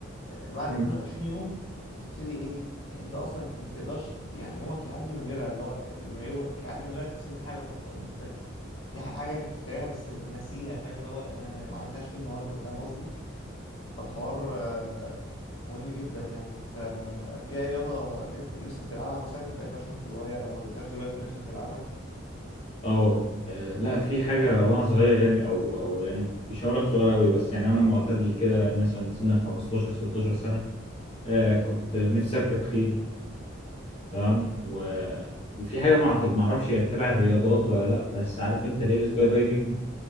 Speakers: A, on the left; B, on the left.
A: بعد
B: مم.
A: 22 يوم بتبتدي ايه انت اصلا ما تقدرش تت- يعني يومك يعدي من غيرها اللي هو لما يومك يعدي من غيرها تحس ان في حاجه ناقصه ان انت في حاجة كنت بتعملها بس ناسيها فاهم اللي هو انا ما عملتهاش ليه النهاردة فاهم قصدي فالحوار آه، مهم جدا يعني انت في اي رياضة ن- كنت نفسك تلعبها مثلا ما لعبتهاش وانت صغير او ما لعبتهاش دلوقتي ونفسك تلعبها
B: اه آه، لا في حاجه وانا صغير يعني او او يعني مش هقول لك صغير قوي بس يعني انا معتدل كده يعني مثلا سن 15 16 سنه آه كنت نفسي اركب خيل تمام و- وفي حاجه ما أعت- ما اعرفش هي تبع الرياضات ولا لا بس عارف انت ليه السكاي دايفنج